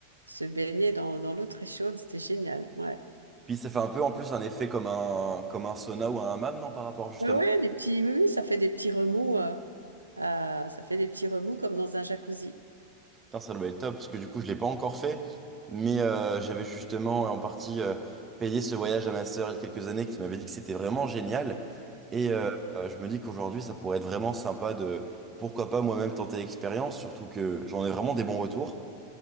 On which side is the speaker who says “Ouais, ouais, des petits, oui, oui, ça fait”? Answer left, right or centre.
Right